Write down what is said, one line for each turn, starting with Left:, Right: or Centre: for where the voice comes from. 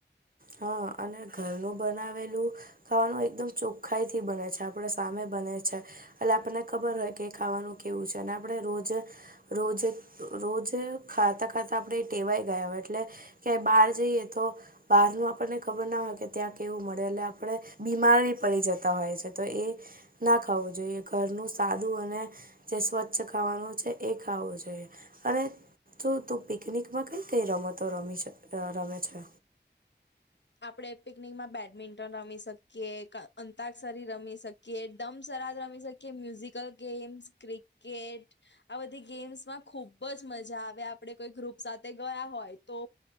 Right: હા અને ઘરનું બનાવેલું ખાવાનું એકદમ ચોખ્ખાઈ થી બને છે આપડે સામે બને છે એટલે આપણને ખબર હોય કે ખાવાનું કેવું છે અને આપડણે રોજ રોજે રોજે ખાતા ખાતા આપડણે ટેવાય ગયા હોય એટલે કે બહાર જઈએ તો. બહારનું આપણને ખબર ના હોય, કે ત્યાં કેવું મળે, એટલે આપણે બીમારી પડી જતા હોય છે તો એ. ના ખાવું જોઈએ, ઘરનું સાદું અને જે સ્વચ્છ ખાવાનું છે, એ ખાવું જોઈએ, અને જો તું પિકનિકમાં કઈ કઈ રમતો રમી છે, રમે છે.
Left: આપણે પિકનિકમાં બેડમિન્ટન રમી શકીએ, અંતાક્ષસરી રમી શકીએ, એકદમ સર રમી શકી, મ્યુઝિકલ ગેમ્સ, ક્રિકેટ. આ બધી ગેમ્સમાં ખુબ જ મજા આવે, આપણેે કોઈ ગ્રુપ સાથે ગયા હોય તો.